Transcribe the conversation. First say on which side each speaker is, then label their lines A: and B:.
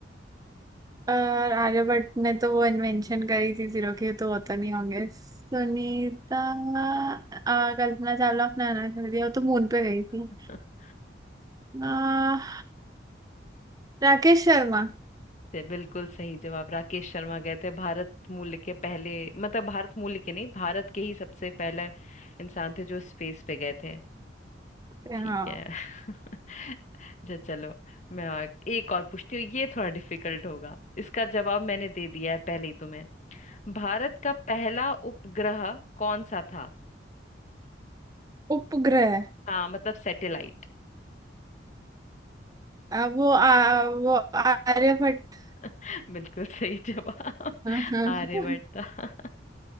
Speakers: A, on the right (about 20°); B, on the left (about 40°).
A: और आर्यभट्ट ने तो वो इन्वेंशन करी थी जीरो की तो होता नहीं होंगे सुनीता अ, कल्पना चावला अपना अनाथ कर दिया वो तो मून पे गई थी
B: <laughs>
A: आ, राकेश शर्मा
B: से बिल्कुल सही जवाब राकेश शर्मा गए थे भारत मूल के पहले मतलब भारत मूल के नहीं भारत के ही सबसे पहले इंसान थे जो स्पेस पे गए थे
A: हाँ
B: ठीक है <laughs> जो चलो मैं आ- एक और पूछती हूँ ये थोड़ा डिफिकल्ट होगा इसका जवाब मैंने दे दिया है पहले ही तुम्हें भारत का पहला उपग्रह कौन सा था
A: उपग्रह
B: हाँ मतलब सैटेलाइट
A: आ, वो आ, वो आर्यभट्ट
B: <laughs> बिल्कुल सही जवाब
A: हाँ, हाँ,
B: आर्यभट्ट
A: हाँ,
B: था